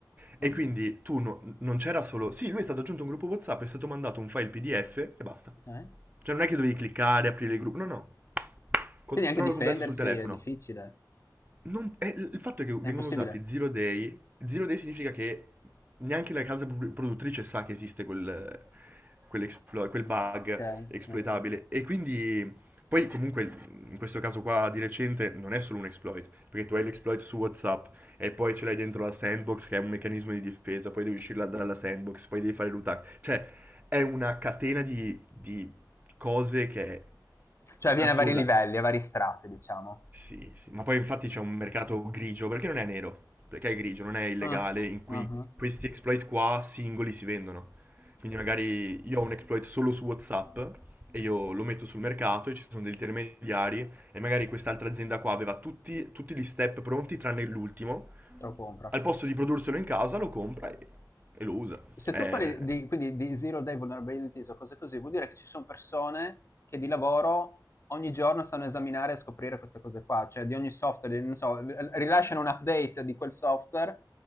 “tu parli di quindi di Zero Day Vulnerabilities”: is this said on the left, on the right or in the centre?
Left